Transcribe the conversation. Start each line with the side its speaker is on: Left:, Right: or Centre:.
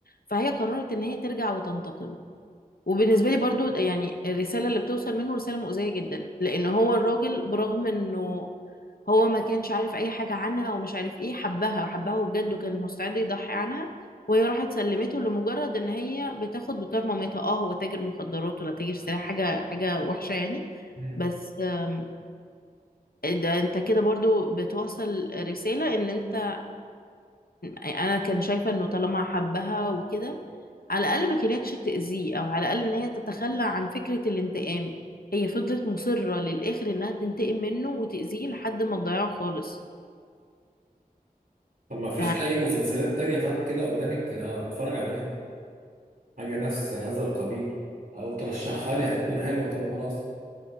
Left: فهي قررت ان هي ترجع وتنتقم وبالنسبة لي برضو يعني الرسالة اللي بتوصل منه رسالة مؤذية جدا لأن هو الراجل برغم إنه هو ما كانش عارف أي حاجة عنها ومش عارف إيه حبها حبها وبجد وكان مستعد يضحي عنها وهي راحت سلمته لمجرد إن هي بتاخد بطار مامتها أه هو تاجر مخدرات ولا تاجر سلاح حاجة حاجة وحشة يعني
Right: مم.
Left: بس آم، ده انت كده برضو بتوصل رسالة ان انت انا كان شايفة انه طالما حبها وكده على الأقل ما كانتش تأذيه أو على الأقل إن هي تتخلى عن فكرة الانتقام هي فضلت مصرة للآخر إنها تنتقم منه وتأذيه لحد ما تضيعه خالص
Right: طب ما فيش
Left: ف
Right: أي مسلسلات تانية طب كده قدامك كده أتفرج عليها حاجة نفس هذا القبيل أو ترشحها لي هتكون حلوة طب خلاص